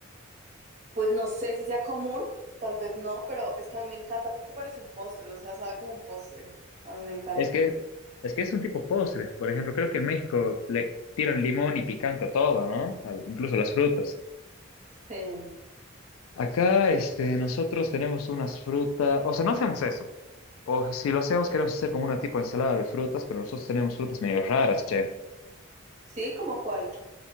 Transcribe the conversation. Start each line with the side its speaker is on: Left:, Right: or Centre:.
Right: Pues no sé si sea común, tal vez no, pero es que a mí me encanta porque parece un postre, o sea, sabe como un postre. A mí me encanta.
Left: Es que, es que es un tipo postre. Por ejemplo, creo que en México le tiran limón y picante a todo, ¿no? Al- incluso las frutas.
Right: Sí,
Left: Acá, este, nosotros tenemos unas frutas, o sea, no hacemos eso. O si lo hacemos, queremos hacer como una tipo de ensalada de frutas, pero nosotros tenemos frutas medio raras, che.
Right: sí, ¿como cuál?